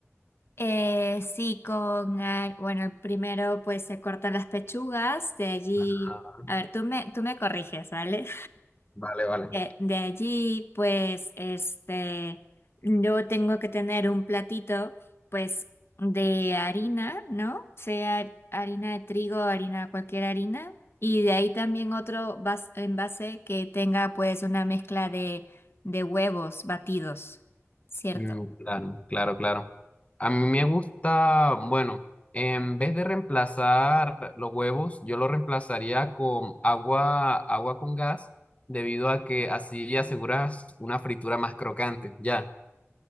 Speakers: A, on the left; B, on the left.
A: Eh, sí, con, ar- bueno, primero pues se cortan las pechugas, de allí,
B: Ajá.
A: a ver, tú me, tú me corriges, ¿vale?
B: Vale, vale.
A: De, de allí, pues, este, yo tengo que tener un platito, pues, de harina, ¿no? Sea harina de trigo, harina, cualquier harina. Y de ahí también otro vas- envase que tenga, pues, una mezcla de, de huevos batidos, ¿cierto?
B: Mm, claro, claro, claro. A mí me gusta, bueno, en vez de reemplazar los huevos, yo lo reemplazaría con agua, agua con gas, debido a que así aseguras una fritura más crocante. Ya,